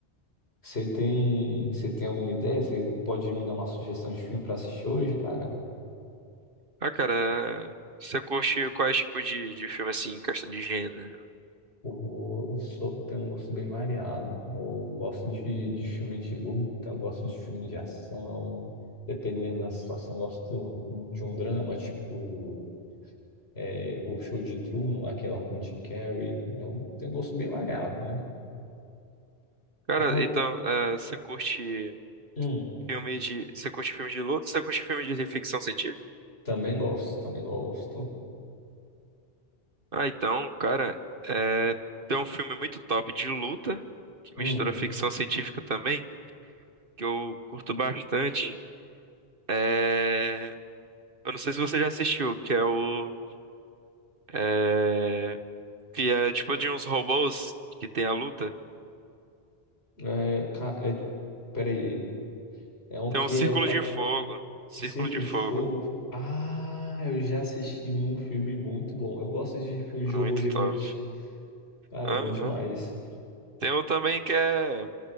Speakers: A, on the left; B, on the right.
A: Você tem, você tem alguma ideia? Você pode me dar uma sugestão de filme pra assistir hoje, cara?
B: Ah, cara, você curte quais tipos de, de filme, assim, em questão de gênero?
A: Eu, eu sou- tenho um gosto bem variado. Eu gosto de, de filme de luta, eu gosto de filme de ação, dependendo da situação, eu gosto de um drama, tipo. é, o show de Truman, aquele lá com o Jim Carrey. É, o- tem um gosto bem variado, né?
B: Cara,
A: Arro-
B: então, eh, você curte
A: Hum,
B: filme de... Você curte filme de luta? Você curte filme de ficção científica?
A: também gosto, também gosto.
B: Ah, então, cara, eh, tem um filme muito top de luta, que
A: Hum,
B: mistura ficção científica também, que eu curto bastante. É... Eu não sei se você já assistiu, que é o... eh, Que é tipo de uns robôs que tem a luta.
A: é, ca- é, peraí. É um
B: Tem
A: que
B: um Círculo
A: é com
B: de
A: a-
B: Fogo. Círculo
A: Círculo
B: de Fogo.
A: de Fogo. Ah, eu já assisti um filme muito bom. Eu gosto de filme de
B: Muito
A: robô gigante.
B: top.
A: Cara,
B: Aham.
A: é bom demais.
B: Tem um também que é,